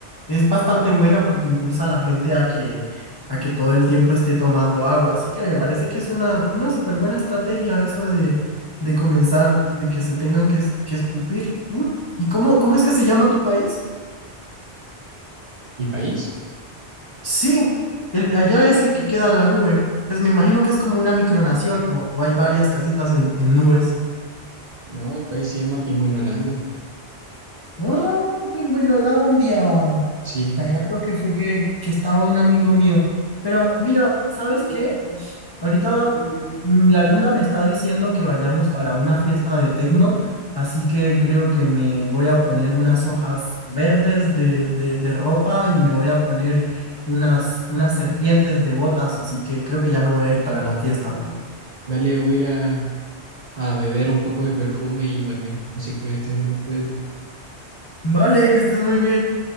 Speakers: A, on the left; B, on the right.
A: es bastante buena porque impulsa a la gente a que, a que todo el tiempo esté tomando agua. Así que me parece que es una, una súper buena estrategia eso de, de comenzar, de que se tengan que, es- que escupir. Mm, ¿Y cómo, cómo es que se llama tu país?
B: ¿Mi país?
A: Sí, el, de allá ese que queda en la nube. Pues me imagino que es como una micronación o, o hay varias casitas en, en nubes.
B: No, el país se llama Pingüinolandia.
A: ¡Ah, Pingüinolandia!
B: Sí,
A: De allá creo que fue que, que estaba un amigo mío. Pero mira, ¿sabes qué? Ahorita mm, la luna me está diciendo que vayamos para una fiesta de tecno, así que creo que me voy a poner unas hojas verdes de, de, de ropa y me voy a poner unas, unas serpientes de botas, así que creo que ya me voy a ir para la fiesta.
B: dale, voy a ir a, a beber un poco de perfume y dormir. Así que estés bien, cuídate.
A: Vale, que estés muy bien.